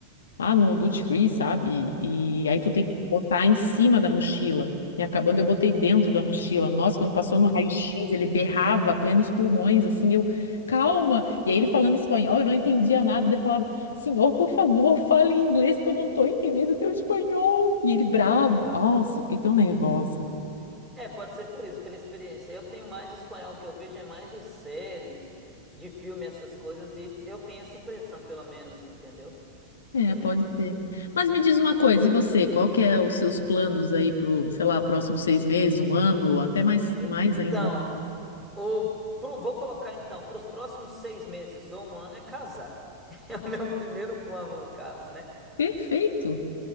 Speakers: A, on the left (about 65°); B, in the centre.
A: lá no Duty Free, sabe? E aí tu tem que botar em cima da mochila. E acabando, eu botei dentro da mochila. Nossa, quando passou no raio-x, ele berrava a plenos pulmões, assim, eu, calma! E aí ele falando espanhol, eu não entendia nada. Daí Eu falava, senhor, por favor, fale em inglês, porque eu não tô entendendo o teu espanhol. E ele bravo. Nossa, eu fiquei tão nervosa.
B: É, pode ser por isso, pela experiência. Eu tenho mais espanhol, que eu vejo é mais de série, de filme, essas coisas, e eu tenho essa impressão, pelo menos, entendeu?
A: É,
B: É.
A: pode ser. Mas me diz uma coisa, e você, qual que é os seus planos aí pro, sei lá, próximos seis meses, um ano, ou até mais, mais
B: Então,
A: ainda?
B: o, pro- vou colocar então, para os próximos seis meses ou um ano é casar. <laughs> É o meu primeiro plano, no caso, né?
A: Perfeito.